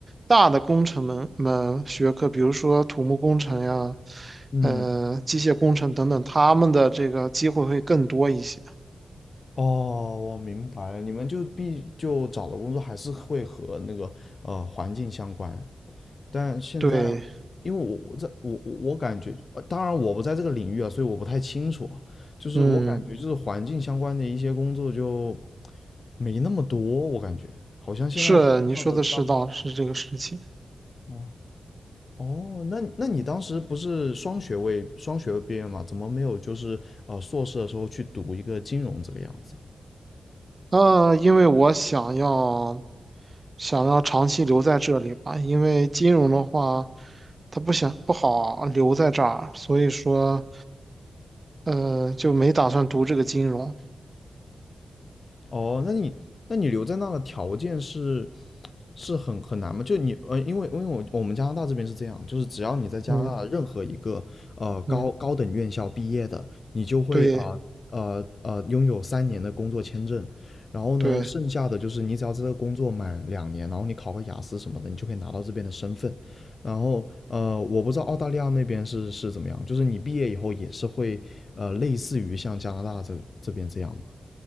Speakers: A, on the right (about 30°); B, on the left (about 45°).
A: 大的工程门门学科，比如说土木工程呀、
B: 嗯，
A: 呃，机械工程等等，他们的这个机会会更多一些。
B: 哦，我明白了，你们就必就找的工作还是会和那个呃环境相关，但现在
A: 对，
B: 因为我我在我我我感觉，呃当然我不在这个领域啊，所以我不太清楚啊就是我感觉就是环境相关的一些工作就
A: 嗯，
B: 没那么多，我感觉好像现在世界上的大部分
A: 是你说的是道，是这个事情。
B: 啊。哦哦，那那你当时不是双学位双学位毕业吗？怎么没有就是呃硕士的时候去读一个金融这个样子？
A: 呃，因为我想要想要长期留在这里吧，因为金融的话，他不想不好留在这儿，所以说，呃，就没打算读这个金融。
B: 哦，那你那你留在那的条件是是很很难吗？就你呃，因为因为我我们加拿大这边是这样，就是只要你在加拿大任何一个呃高高等院校毕业的，
A: 嗯嗯，
B: 你就会啊
A: 对
B: 呃呃呃拥有三年的工作签证，然后呢，
A: 对，
B: 剩下的就是你只要在这个工作满两年，然后你考个雅思什么的，你就可以拿到这边的身份。然后呃，我不知道澳大利亚那边是是怎么样，就是你毕业以后也是会呃类似于像加拿大这这边这样吗？